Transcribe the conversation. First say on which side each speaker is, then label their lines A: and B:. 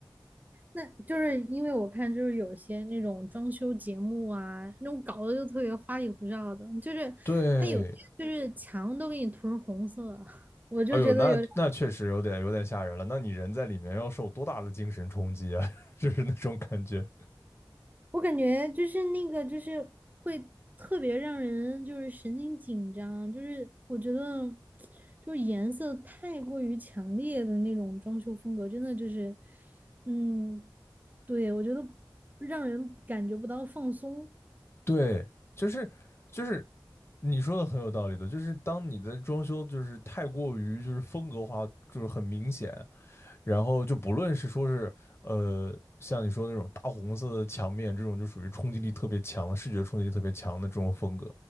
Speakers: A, on the right; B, on the left.
A: 那就是因为我看，就是有些那种装修节目啊，那种搞的就特别花里胡哨的，就是它有些就是墙都给你涂成红色，
B: 对，
A: <laughs> 我就觉得有点
B: 哎呦，那那确实有点有点吓人了。那你人在里面要受多大的精神冲击啊？<laughs> 就是那种感觉。
A: 我感觉就是那个就是会特别让人就是神经紧张，就是我觉得就是颜色太过于强烈的那种装修风格，真的就是，嗯，对，我觉得让人感觉不到放松，
B: 对，就是就是你说的很有道理的，就是当你的装修就是太过于就是风格化，就是很明显，然后就不论是说是呃像你说的那种大红色的墙面，这种就属于冲击力特别强的视觉冲击力特别强的这种风格，